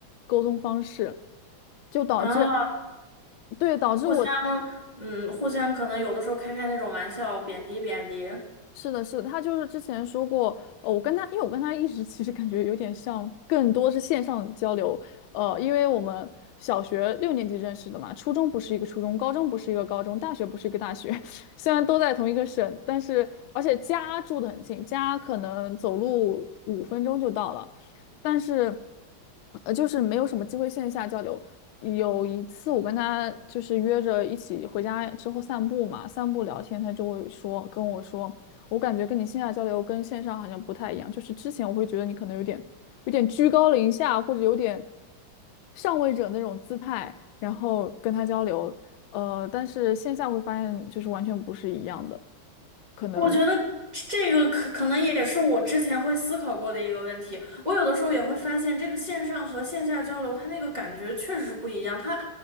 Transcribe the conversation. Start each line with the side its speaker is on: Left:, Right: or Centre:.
Left: 沟通方式，就导致，
Right: 啊，
Left: 对，导致我
Right: 互相嗯，互相可能有的时候开开那种玩笑，贬低贬低。
Left: 是的，是的，他就是之前说过，呃，我跟他，因为我跟他一直 <laughs> 其实感觉有点像，更多是线上交流，呃，因为我们小学六年级认识的嘛，初中不是一个初中，高中不是一个高中，大学不是一个大学，<laughs> 虽然都在同一个省，但是而且家住的很近，家可能走路五分钟就到了，但是，呃，就是没有什么机会线下交流。有一次我跟他就是约着一起回家之后散步嘛，散步聊天，他就会说跟我说。我感觉跟你线下交流跟线上好像不太一样，就是之前我会觉得你可能有点有点居高临下，或者有点上位者那种姿态，然后跟他交流，呃，但是线下会发现就是完全不是一样的，可能
Right: 我觉得这个可可能也是我之前会思考过的一个问题。我有的时候也会发现，这个线上和线下交流，它那个感觉确实不一样。它，